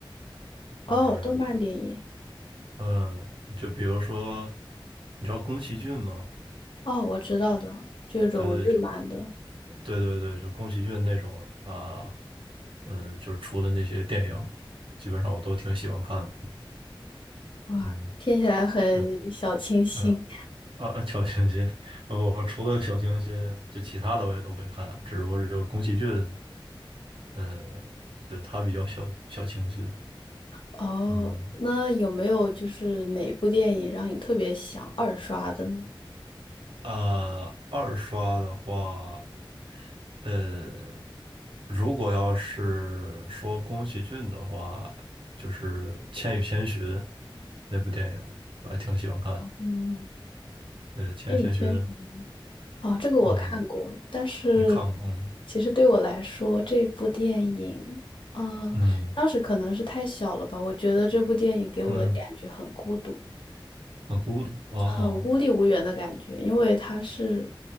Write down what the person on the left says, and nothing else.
哦，动漫电影，
哦，我知道的，这种日漫的，
哇，
听起来很小清新。
哦，
那有没有就是哪部电影让你特别想二刷的呢？
嗯，
《冰与千寻》哦，这个我看过，
但是
其实对我来说，这部电影，呃，
当时可能是太小了吧，我觉得这部电影给我的感觉很孤独。
很孤立无援的感觉，因为他是，